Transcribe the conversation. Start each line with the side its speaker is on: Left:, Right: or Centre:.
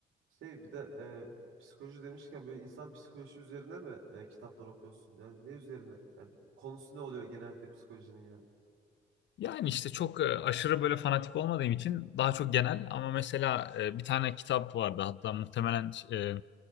Right: Şey bir de e, psikoloji demişken böyle insan psikolojisi üzerine mi e, kitaplar okuyorsun? Yani ne üzerine? Yani konusu ne oluyor genellikle psikolojinin yani?
Left: Yani işte çok e, aşırı böyle fanatik olmadığım için daha çok genel ama mesela e, bir tane kitap vardı hatta muhtemelen e,